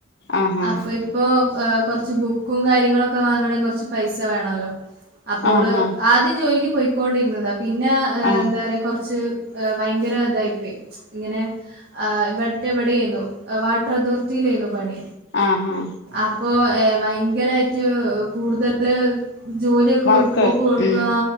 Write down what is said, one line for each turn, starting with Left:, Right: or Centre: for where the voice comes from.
Left: ആഹാ
Right: അപ്പൊ ഇപ്പൊ എ കുറച്ച് ബുക്കും കാര്യങ്ങളൊക്കെ വാങ്ങണമെങ്കിൽ കുറച്ച് പൈസ വേണല്ലോ അപ്പോള്
Left: ആഹാ
Right: ആദ്യം ജോലി ക്കോണ്ടിരുന്നതാ പിന്നെ
Left: ആഹ്
Right: എന്താ പറയുക കുറച്ച് ഭയങ്കര ഇതായിപ്പോയി ഇങ്ങനെ ഇവിടെ എവിടൊയിരുന്നു വാട്ടർ അതോറിറ്റിയിലായിരുന്നു പണി
Left: ആഹാ
Right: അപ്പൊ എ ഭയങ്കരമായിട്ട് കൂടുതല് ജോലിയൊക്കെ
Left: വർക്ക്
Right: ഓർക്ക് കൊടുക്കുക
Left: ഉം